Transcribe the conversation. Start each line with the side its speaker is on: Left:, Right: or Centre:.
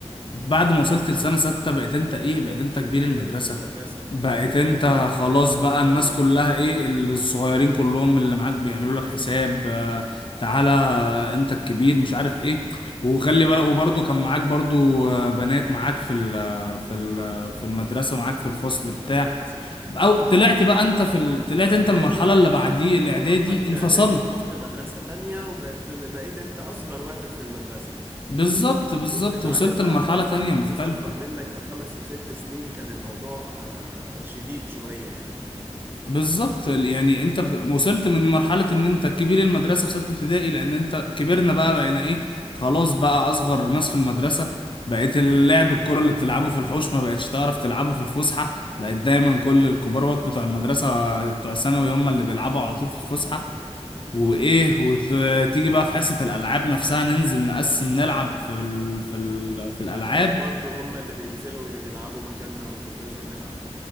Left: بعد ما وصلت لسنة ستة بقيت انت ايه بقيت انت
Right: الكبير
Left: كبير المدرسة
Right: اللي في المدرسة
Left: بقيت
Right: كنت انت
Left: انت
Right: اللي ليك
Left: خلاص
Right: الكلمة
Left: بقى
Right: وليك
Left: الناس
Right: الرأي
Left: كلها ايه الصغيرين كلهم اللي معاك بيعملوا لك حساب آه، تعالى انت الكبير مش عارف ايه وخلي بالك وبرده كان معاك برضو آه، بنات معاك في ال في ال في المدرسة معاك في الفصل بتاع
Right: حصل حصل
Left: او طلعت بقى انت في ال... طلعت
Right: الإعدادي
Left: انت المرحلة اللي بعديه الاعدادي
Right: لمرحلة
Left: انفصلت
Right: إعدادي ورحت مدرسة تانية وبقيت بقيت انت أصغر واحد في المدرسة
Left: بالظبط
Right: و...
Left: بالظبط
Right: وبتتعامل
Left: وصلت
Right: بقى
Left: لمرحلة
Right: مع
Left: تانية
Right: مع
Left: مختلفة
Right: ناس أكبر منك بخمس وست سنين كان الموضوع آه، شديد شوية يعني
Left: بالظبط يعني انت بت- وصلت من مرحلة ان انت كبير المدرسة في ستة ابتدائي لان انت كبرنا بقى بقينا ايه خلاص بقى اصغر ناس في المدرسة بقيت اللعب الكرة اللي بتلعبه في الحوش ما بقتش تعرف تلعبه في الفسحة بقت دايما كل الكبار وات بتوع المدرسة بتوع الثانوي هم اللي بيلعبوا على طول في الفسحة وايه وتيجي بقى في حصة الالعاب نفسها ننزل نقسم نلعب في ال... في ال... في الالعاب
Right: كانوا برضو هم اللي بينزلوا بيلعبوا مكاننا وما كناش بنلعب